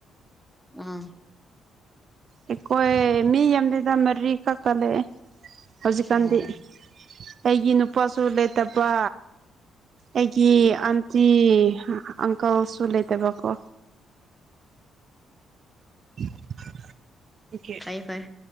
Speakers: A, in the centre; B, on the right.
A: ꯎꯝ
B: ꯑꯩꯈꯣꯏ ꯃꯤ ꯌꯥꯝꯗꯦꯗ ꯃꯔꯤ ꯈꯛꯇ ꯂꯩꯌꯦ ꯍꯧꯖꯤꯛꯀꯥꯟꯗꯤ
A: ꯎꯝ
B: ꯑꯩꯒꯤ ꯅꯨꯄꯥꯁꯨ ꯂꯩꯇꯕꯥ ꯑꯩꯒꯤ ꯑꯟꯇꯤ ꯑꯪꯀꯜꯁꯨ ꯂꯩꯇꯕꯀꯣ <unintelligible> ꯀꯩꯒꯤ
A: ꯐꯩ ꯐꯩ